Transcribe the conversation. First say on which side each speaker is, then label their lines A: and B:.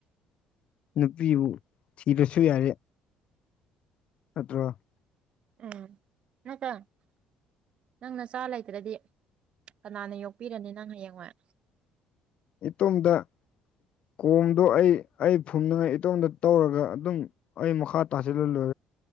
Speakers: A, on the left (about 60°); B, on the right (about 55°).
A: ꯅꯨꯄꯤꯕꯨ ꯊꯤꯕꯁꯨ ꯌꯥꯔꯦ ꯅꯠꯇ꯭ꯔꯣ
B: ꯎꯝ ꯏꯀ <inaudible> ꯅꯪ ꯅ ꯆꯥ ꯂꯩꯇ꯭ꯔꯗꯤ ꯀꯅꯥꯅ ꯌꯣꯛꯄꯤꯔꯅꯤ ꯅꯪ ꯍꯌꯦꯡ ꯍꯣꯏ
A: ꯏꯇꯣꯝꯗ ꯀꯣꯝꯗꯣ ꯑꯩ ꯑꯩ ꯐꯨꯝꯅꯤꯡꯉꯥꯏ ꯏꯇꯣꯝꯗ ꯇꯧꯔꯒ ꯑꯗꯨꯝ ꯑꯣ ꯃ ꯃꯈꯥ ꯇꯥꯁꯤ ꯂꯣꯏ ꯂꯣ